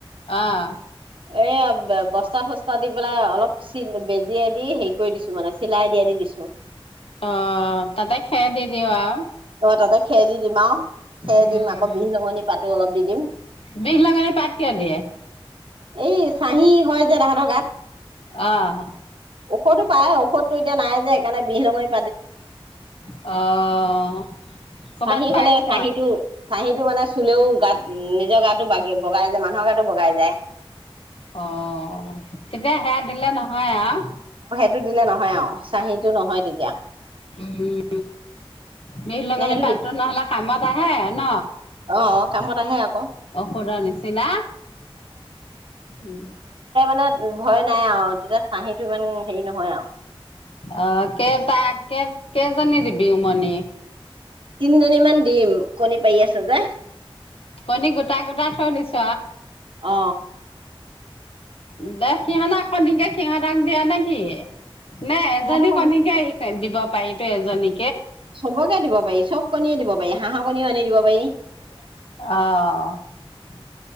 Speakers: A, on the left; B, on the right.
A: আহ
B: এই বস্তা চস্তা দি পেলাই অলপ চি বেজিয় দি হেৰি কৰি দিছো মানে চিলাই দিয়া দি দিছো।
A: অ তাতে খেৰ দি দিওঁ আও।
B: অ তাতে খেৰ দি দিম আও খেৰ
A: উম,
B: দিম আকৌ বিহ লগঙনি পাতো অলপ দি দিম।
A: বিহ লগঙনি পাত কিয় দিয়ে
B: এই চাহি হয় যে তাহাঁতৰ গাত।
A: অ',
B: ঔষধো পায় ঔষধ ত এতিয়া নাই যে সেকাৰণে বিহ লগঙী-
A: অ কৰ'বাত
B: চাহি
A: পাইছ
B: হলে চাহিটো চাহিটো মানে চুলেও গাত নিজৰ গাতটো বাগ বগাই যায় মানুহৰ গাতটো বগাই যায়।
A: অ তেতিয়া হে দিলে নহয় আও
B: টো দিলে নহয় আও চাহিটো নহয় তেতিয়া
A: উম, বিহ লঙনি
B: নে সেইটো
A: পাতটো
B: দি
A: নহলে কামত আহে ন
B: অ কামত আহে আকৌ
A: ঔষধৰ নিচিনা উ
B: মে ভয় নাই আৰু তেতিয়া চাহিটো ইমান হেৰি নহয় আও
A: অ', কেইটা কেই কেইজনী দিবি উমনি
B: তিনিজনীমান দিম কণী পাৰি আছে যে
A: কণী গোটা গোটা থৈ দিছ
B: অ
A: দে সিহঁত আককে সিহঁতাক দিয়া নে কি <unintelligible> নাই এজনী
B: সিহঁতৰ কণী
A: কণীকে আহ দিব <unintelligible> পায়িতো এজনী
B: চবকে দিব পাৰি চব কণীয়ে দিব পাৰি হাঁহৰ কণীও আনি দিব পাৰি
A: অঁ